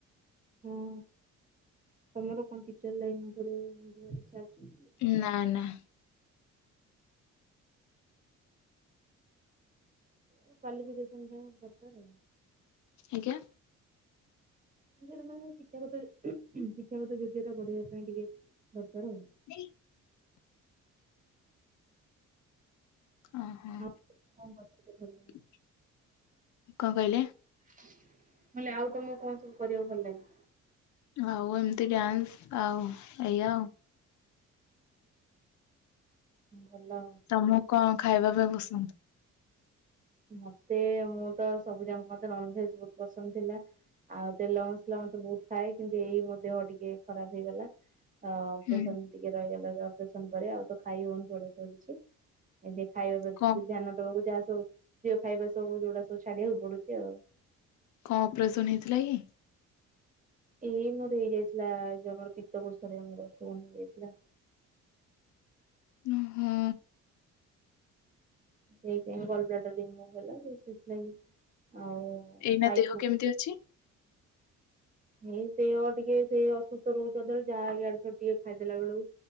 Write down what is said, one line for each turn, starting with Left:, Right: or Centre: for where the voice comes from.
Right: ହଁ ତମର କଣ ଟିଚର ଲାଇନ ଉପରେ ଯିବାର ଇଚ୍ଛା ଅଛି?
Left: ନା ନା।
Right: ଏ କ୍ୱାଲିଫିକେସନ ପାଇଁ ଗୋଟେ ଦରକାର।
Left: ଆଜ୍ଞା।
Right: ନିଜର ମାନେ ଶିକ୍ଷାଗତ ଶିକ୍ଷାଗତ ଯୋଗ୍ୟତା ବଢେଇବା ପାଇଁ ଟିକେ ଦରକାର ଆଉ।
Left: <unintelligible> ଅଂହଁ
Right: ଆଉ କଣ କରିବାକୁ ଭଲ ଲାଗେ?
Left: କଣ କହିଲେ?
Right: ମୁଁ କଲି ଆଉ ତମକୁ କଣ ସବୁ କରିବାକୁ ଭଲ ଲାଗେ?
Left: ଆଉ ଏମିତି ଡ୍ୟାନ୍ସ ଆଉ ଏଇଆ ଆଉ।
Right: ଭଲ।
Left: ତମକୁ କଣ ଖାଇବା ପାଇଁ ପସନ୍ଦ?
Right: ମତେ ମୁଁ ତ ସବୁ ଜାଙ୍କ ମତେ ନନଭେଜ ବହୁତ୍ ପସନ୍ଦ ଥିଲା। ଆଉ ତେଲ ମସଲା ମତେ ବହୁତ ଖାଏ। କିନ୍ତୁ ଏଇ ମୋ ଦେହ ଟିକେ ଖରାପ ହେଇଗଲା। ହଁ ଅପରେସନ
Left: ହୁଁ
Right: ଟିକେ ରହିଗଲା ଅପରେସନ ପରେ, ଆଉ ତ ଖାଇ ହଉନି ସେଉଗୁଡ଼ା ସବୁ କିଛି। ଏମତି ଖାଇବା ପ୍ରତି
Left: କଣ
Right: ଧ୍ୟାନ ଦବାକୁ ଯାହା ସବୁ ପ୍ରିୟ ଖାଇବା ସବୁ ଯୋଉଡା ସବୁ ଛାଡିବାକୁ ପଡୁଛି ଆଉ।
Left: କଣ ଅପରେସନ୍ ହେଇଥିଲା କି?
Right: ଏଇ ମୋର ହେଇଯାଇଥିଲା ଯୋଉ ଆମର ପିତ୍ତ କୋଷରେ ଷ୍ଟୋନ୍ ହେଇଯାଇଥିଲା।
Left: ଓ ହୁଁ।
Right: ସେଇଥିପାଇଁ ବ୍ଲଡ ବ୍ଲେଡାର ରିମୁଭ ହେଲା ଯୋଉ ସେଥିଲାଗି ଆଉ
Left: ଏଇନା
Right: ଖାଇ
Left: ଦେହ କେମିତି ଅଛି?
Right: ହେଇ ଦେହ ଟିକେ ସେ ଅସୁସ୍ଥ ରହୁଛି ସଦାବେଳେ। ଯାହା ଇଆଡୁ ସିଆଡୁ ଟିକେ ଖାଇଦେଲା ବେଳକୁ।